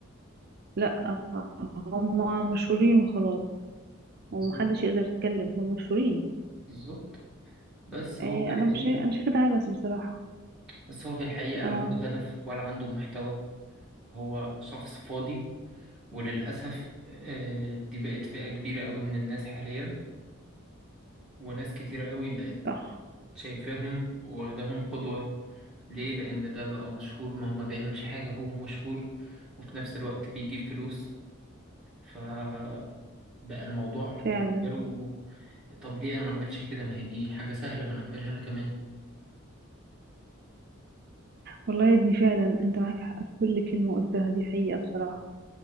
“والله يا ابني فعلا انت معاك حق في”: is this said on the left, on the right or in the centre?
Right